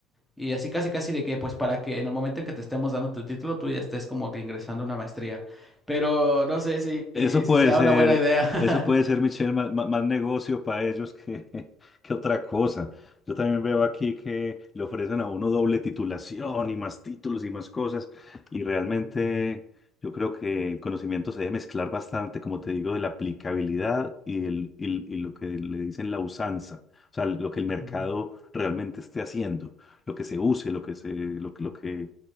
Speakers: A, in the centre; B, on the left.
A: y así casi casi de que pues para que en el momento en que te estemos dando tu título tú ya estés como que ingresando a una maestría. Pero no sé si,
B: Eso
A: si
B: puede
A: sea
B: ser,
A: una buena idea. <laughs>
B: eso puede ser, Michelle, más, más- más negocio para ellos que, <laughs> que otra cosa. Yo también veo aquí que le ofrecen a uno doble titulación y más títulos y más cosas. Y realmente
A: Ujú,
B: yo creo que el conocimiento se debe mezclar bastante, como te digo, de la aplicabilidad y, el, y, y lo que le dicen la usanza. O sea, lo que el mercado
A: ujú.
B: realmente esté haciendo, lo que se use, lo que se, lo, que, lo que